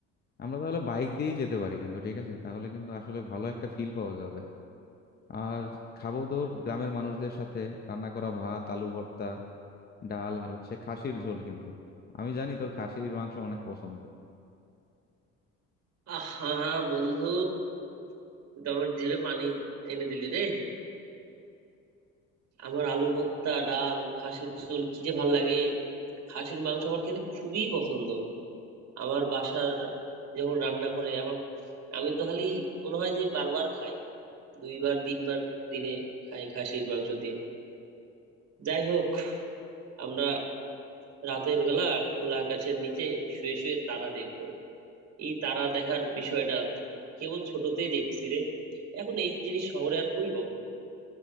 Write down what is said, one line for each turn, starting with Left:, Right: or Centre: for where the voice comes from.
Left: আমরা তাহলে বাইক দিয়েই যেতে পারি কিন্তু ঠিক আছে তাহলে কিন্তু আসলে ভালো একটা ফিল পাওয়া যাবে আর খাবো ধর গ্রামের মানুষদের সাথে রান্না করা ভাত আলু ভর্তা ডাল আর হচ্ছে খাসির ঝোল কিন্তু আমি জানি তোর খাসির মাংস অনেক পছন্দের
Right: আহা বন্ধু তুই তো আমার জিভে পানি এনে দিলি রে আমার আলু ভর্তা ডাল খাসির ঝোল কি যে ভাল লাগে খাসির মাংস আমার খেতে খুবই পছন্দ আমার বাসার যখন রান্না করে আমার আমি তো খালি মনে হয় যে বারবার খাই দুইবার তিনবার দিনে খাই খাসির মাংস দিয়ে যাই হোক আমরা রাতের বেলা খোলা আকাশের নিচে শুয়ে শুয়ে তারা দেখবো এই তারা দেখার বিষয়টা কেবল ছোটতেই দেখছি রে এখন এই জিনিস শহরে আর কই পাবো